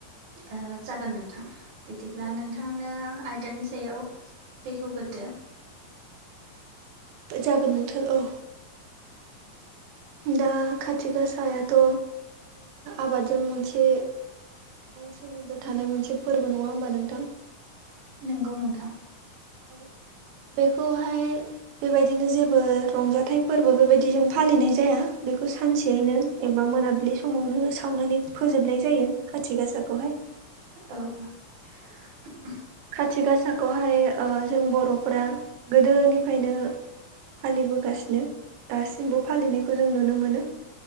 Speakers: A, on the right (about 70°); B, on the right (about 85°).
A: ओ जागोन नोंथां बिदिब्ला
B: औ
A: नोंथाङानो आयदानि सायाव बेखेवगोरदो
B: जागोन नोंथो औ दा खाथि गासायाथ' आबादजों मोनसे सोमोन्दो थानाय मोनसे फोरबो नङा होमबा नोंथां?
A: नोंगौ नोंथां
B: औ बेखौहाय बेबायदिनो जेबो रंजाथाइ फोरबो बेबायदिजों फालिनाय जाया बेखौ सानसेयैनो एबा मोनाबिलि समावनो सावनानै फोजोबनाय जायो खाथि गासाखौहाय
A: औ <inaudible>
B: खाथि गासाखौहाय जों बर'फोरा गोदोनिफ्रायनो फालिबोगासिनो दासिमबो फालिनायखौ जों नुनो मोनो